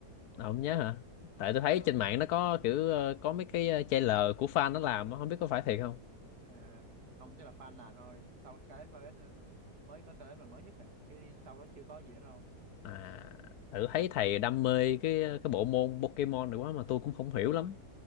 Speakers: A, on the left; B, on the right.
A: Ờ, không nhớ hả? Tại tôi thấy
B: Ờ,
A: trên mạng nó có kiểu ờ, có mấy cái ờ, trailer của fan nó làm á, không biết có phải thiệt không?
B: à, không chắc là fan làm thôi sau Scarlet Violet ờ, mới có Scarlet là mới nhất à chứ sau đó chưa có gì nữa đâu
A: À, thử
B: ừ.
A: thấy thầy đam mê cái ờ, cái bộ môn Pokemon này quá mà tôi cũng không hiểu lắm.